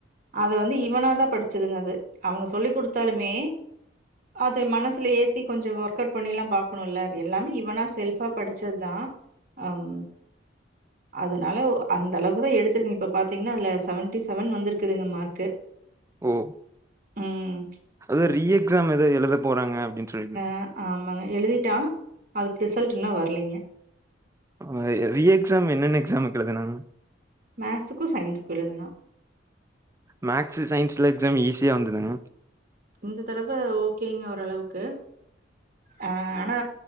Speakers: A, on the right (about 45°); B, on the right (about 15°).
A: அத வந்து இவனாதா படிச்சதுங்க அது அவங்க சொல்லி் குடுத்தாலுமே அதை மனசுல ஏத்தி கொஞ்சோ ஒர்க் அவுட் பண்ணி எல்லா பாக்கணுல்ல அது எல்லாமே இவனா செல்ஃபா படிச்சதுதா அம் அதனால அ அந்தளவுக் தா எடுத்திருக்குங் இப்ப பாத்தீங்ன்னா அதுல செவன்ட்டி செவன் வந்திருக்குதுங்க மார்க்கு
B: ஓ
A: ம்.
B: அதா ரீஎக்ஸாம் எதோ எழுத போறாங்க அப்டின் சொல்லீர்ந்தீங்
A: அ ஆமாங்க எழுதிட்டா அதுக் ரிசல்ட் இன்னு வர்லீங்க
B: அவுங்க ரீஎக்ஸாம் என்னென்ன எக்ஸாம்க் எழுதுனாங்க
A: மேக்ஸுக்கு சயின்ஸுக்கு எழுதுனா
B: மேக்ஸு சயின்ஸ்ல எக்ஸாம் ஈஸியா வந்துதுங்க
A: இந்த தடவ ஓகேங்க ஓரளவுக்கு ஆ ஆனா